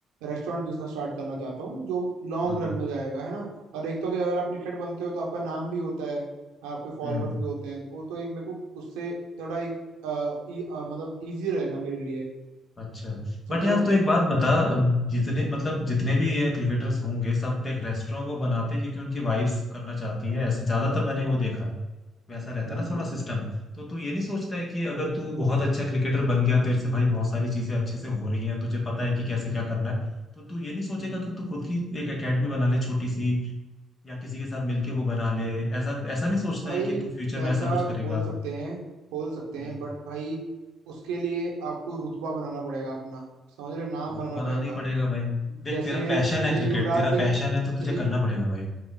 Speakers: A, on the right (about 80°); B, on the left (about 40°).
A: रेस्टोरेंट बिजनेस स्टार्ट करना चाहता हूँ जो लॉन्ग
B: हाँ
A: रन में जाएगा है ना और एक तो कि अगर आप क्रिकेट बनते हो तो आपका नाम भी होता है आपके फॉलोअर्स
B: हम्म
A: भी होते हैं तो वो तो एक मेरे को उससे थोड़ा अ, ई- अ, मतलब इजी रहेगा मेरे लिए
B: अच्छा
A: समझ
B: बट यार
A: रहे हो
B: तू एक बात बता जितने मतलब जितने भी ये क्रिकेटर्स होंगे सब देख रेस्टोरेंट वो बनाते हैं क्योंकि उनकी वाइफ्स करना चाहती हैं ऐसे ज्यादातर मैंने वो देखा वैसा रहता
A: हम्म
B: है ना थोड़ा सिस्टम तो तू ये नहीं सोचता है कि अगर तू बहुत अच्छा क्रिकेटर बन गया तेरे से भाई बहुत सारी चीजें अच्छे से हो रही हैं तुझे पता है कि कैसे क्या करना है तो तू ये नहीं सोचेगा
A: हम्म
B: कि तू खुद की एक एकेडमी बना ले छोटी सी या किसी के साथ मिलके वो बना ले ऐसा ऐसा नहीं सोचता
A: भाई
B: है कि तू फ्यूचर
A: वैसा
B: में ऐसा कुछ
A: खोल
B: करेगा
A: सकते हैं खोल सकते
B: हम्म
A: हैं बट भाई उसके लिए आपको रुतबा बनाना पड़ेगा अपना समझ रहे हो नाम
B: वो
A: बनाना
B: तो बनाना
A: पड़ेगा
B: ही पड़ेगा भाई देख
A: जैसे
B: तेरा पैशन
A: जैसे
B: है
A: युवराज
B: क्रिकेट तेरा
A: सिंह
B: पैशन है तो तुझे
A: जैसे
B: करना पड़ेगा भाई